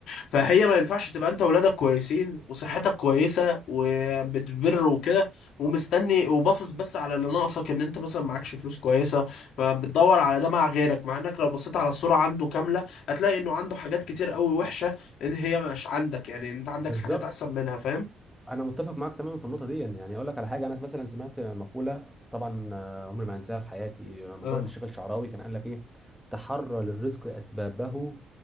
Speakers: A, on the left (about 75°); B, in the centre.
A: فهي ما ينفعش تبقى انت ولادك كويسين وصحتك كويسه وبتبر وكده ومستني وباصص بس على اللي ناقصك ان انت مثلا معكش فلوس كويسه فبتدور على ده مع غيرك مع انك لو بصيت على الصوره عنده كامله هتلاقي انه عنده حاجات كتير قوي وحشه ان هي مش عندك يعني انت عندك
B: بالظبط
A: حاجات احسن منها فاهم
B: انا متفق معاك تماما في النقطه دي يعني اقول لك على حاجه انا مثلا سمعت مقوله طبعا آه، عمري ما هنساها في حياتي مقوله
A: اه
B: للشيخ الشعراوي كان قال لك ايه تحرى للرزق اسبابه